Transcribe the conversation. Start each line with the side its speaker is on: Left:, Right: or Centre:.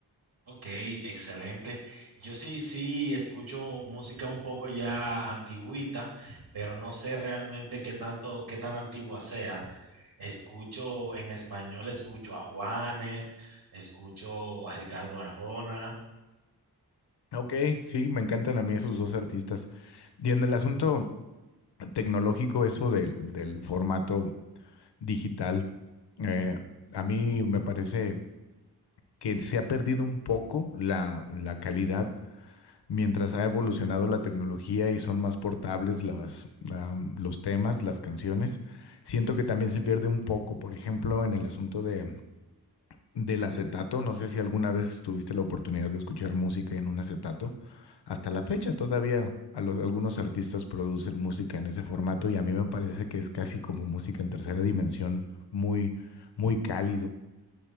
Right: Ok, excelente. Yo sí, sí escucho música un poco ya antigüita, pero no sé realmente qué tanto, qué tan antigua sea. Escucho en español, escucho a Juanes, escucho a Ricardo Arjona.
Left: Ok, sí, me encantan a mí esos dos artistas. Y en el asunto tecnológico, eso del, del formato digital, eh, a mí me parece que se ha perdido un poco la, la calidad mientras ha evolucionado la tecnología y son más portables las, am, los temas, las canciones. Siento que también se pierde un poco, por ejemplo, en el asunto de del acetato. No sé si alguna vez tuviste la oportunidad de escuchar música en un acetato. Hasta la fecha todavía a los- algunos artistas producen música en ese formato y a mí me parece que es casi como música en tercera dimensión, muy, muy cálido.